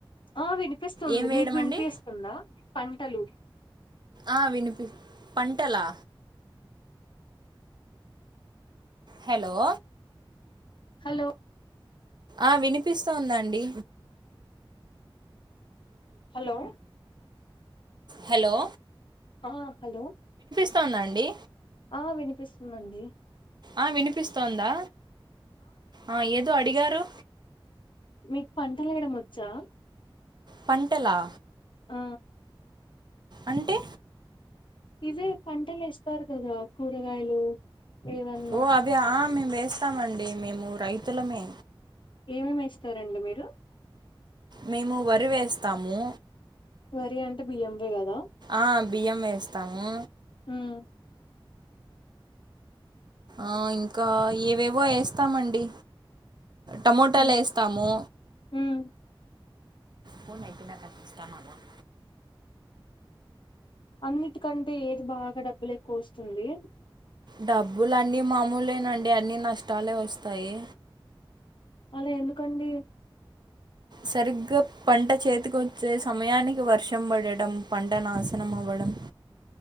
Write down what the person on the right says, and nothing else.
ఏం వేయడం
అండి
ఆ వినిపి పంటలా హలో
ఆ వినిపిస్తోందండి
హలో
వస్తుందండి
ఆ వినిపిస్తోందా ఆ ఏదో అడిగారు
పంటలా
అంటే
ఓ అవా ఆ మేము వేస్తామండి మేము రైతులమే
మేము వరి వేస్తాము
ఆ బియ్యం వేస్తాము
ఆ ఇంకా ఏవేవో యేస్తామండి టమోటాలేస్తాము
ఫోన్ అయిపోయినాక అది ఇస్తానన్నావ్
డబ్బులన్నీ మామూలేనండి అన్నీ నష్టాలే వస్తాయి
సరిగ్గా పంట చేతికొచ్చే సమయానికి వర్షం పడడం పంట నాశనం అవ్వడం